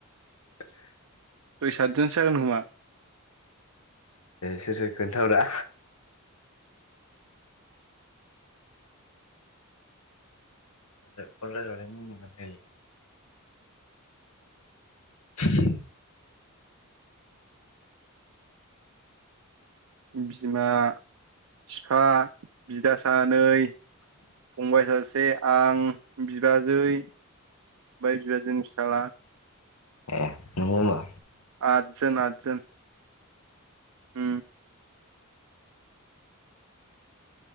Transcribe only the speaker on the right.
सय सातजनसो जागोन खोमा
बिमा बिफा बिदा सानै फंबाय सासे आं बिबाजै बिबाजैनि फिसाला
आतजोन आतजोन उ